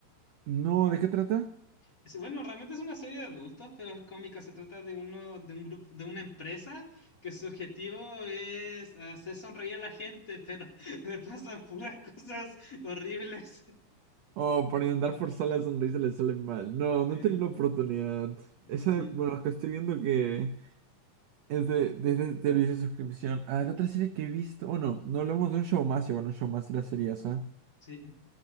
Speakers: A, on the right (about 75°); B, on the left (about 25°).
A: no, ¿de qué trata?
B: Es- Bueno, realmente es una serie de adultos, pero es cómica. Se trata de uno, de un grupo, de una empresa que su objetivo es hacer sonreír a la gente, pero <laughs> le pasan puras cosas horribles.
A: Oh, por intentar forzar la sonrisa le sale mal. No, no
B: <laughs>
A: he tenido la oportunidad.
B: Sí,
A: Esa, bueno, que estoy viendo que es de, desde servicio de suscripción. A ver, otra serie que he visto, bueno, no hablamos de un show más, y bueno, un show más era serie esa.
B: sí,